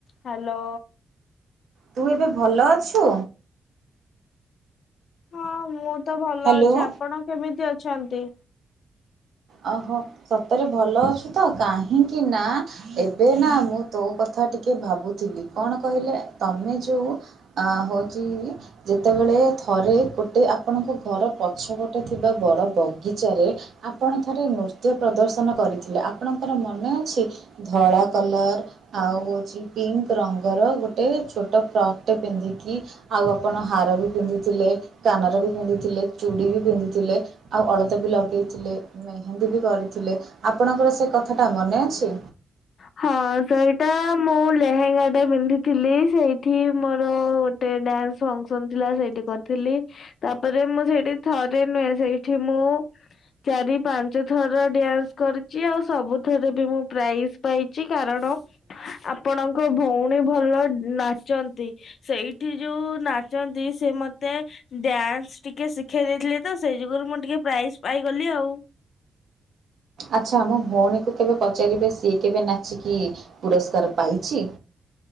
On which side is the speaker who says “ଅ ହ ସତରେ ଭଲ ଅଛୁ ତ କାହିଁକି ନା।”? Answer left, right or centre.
Right